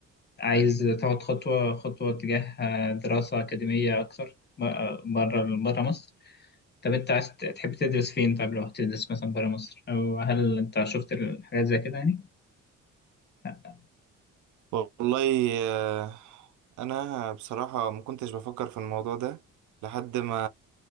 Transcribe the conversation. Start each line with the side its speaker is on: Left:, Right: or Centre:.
Left: عايز تاخد خطوه خطوه تجاه دراسه اكاديميه اكتر بره بره مصر طب انت عايز ت- تحب تدرس فين طب لو هتدرس مثلا برا مصر او هل انت شفت الحاجات زي كده يعني لا
Right: والله آه، انا بصراحة ما كنتش بفكر في الموضوع ده لحد ما